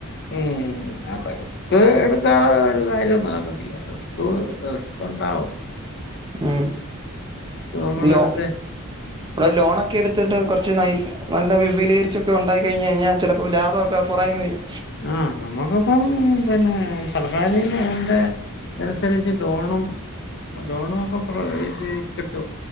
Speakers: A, on the left; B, on the right.
A: ഉം റിസ്കെടുക്കാതെരു കാര്യവും നടക്കത്തില്ല റിസ്ക് റിസ്ക്ണ്ടാവും
B: ഉം
A: റിസ്ക് നമ്മളെടുത്ത്
B: ലോ ഇവിടെ ലോണൊക്കെ എടുത്തിട്ട് കുറച്ച് ന നല്ല വിപുലീകരി ച്ചൊക്കെ ഇണ്ടായി കഴിഞ്ഞഴിഞ്ഞാൽ ചിലപ്പോ ലാഭമക്കെ കുറേങ്ങ് വരും
A: ആഹ് നമ്മുക്കിപ്പം പിന്നെ സർക്കാരിന്ന് അതിന്റെ അതനുസരിച്ച് ലോണും ലോണുക്കെ പ്ര കിട്ടും